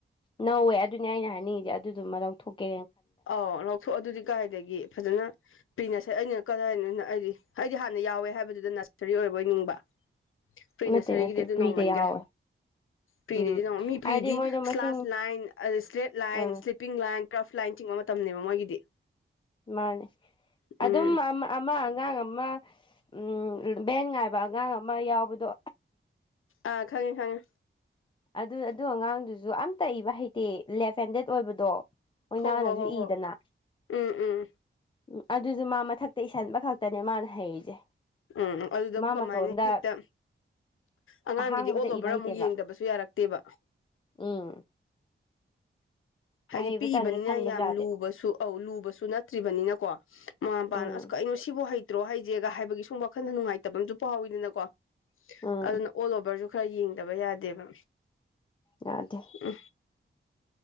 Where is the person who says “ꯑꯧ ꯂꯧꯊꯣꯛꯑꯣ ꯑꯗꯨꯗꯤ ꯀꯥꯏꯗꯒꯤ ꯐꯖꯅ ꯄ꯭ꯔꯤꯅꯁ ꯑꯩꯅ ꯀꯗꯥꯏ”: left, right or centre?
Left